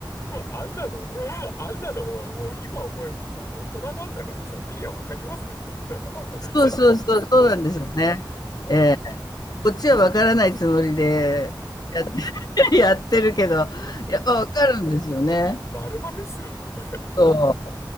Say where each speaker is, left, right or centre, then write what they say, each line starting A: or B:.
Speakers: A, on the left; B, on the left.
A: あんなの、あんなのはもう今思えばさ、大人なんだからさ、見りゃわかりますよね。<laughs>
B: そうそうそう、
A: 見せてる
B: そうなんですよね。ええ、こっちはわからないつもりで、やって <laughs> やってるけど、
A: の。<laughs>
B: やっぱわかるんですよね。
A: もうバレバレっすよね、もう。
B: そう。